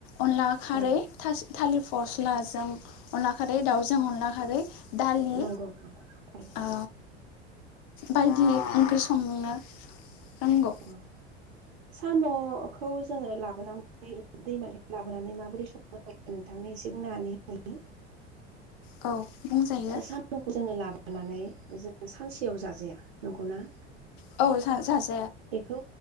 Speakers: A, on the left; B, on the right.
A: अनला खारै
B: औ
A: थास थालिर फस्लाजों अनला खारै, दाउजों अनला खारै। दालि
B: नंगौ नोंथां थारैनो
A: ओ बायदि ओंख्रि संनो रोंगौ
B: औ साम'खौ जोङो लाबोनानै दैमानिफ्राय लाबोनानै माबोरै सङो नोंथांनो एसे बुंनानै होनि
A: औ बुंजायो
B: साम'खौ जोङो लाबो नानै जों सानसेयाव जाजाया नंगौना?
A: औ <unintelligible>
B: बेखौ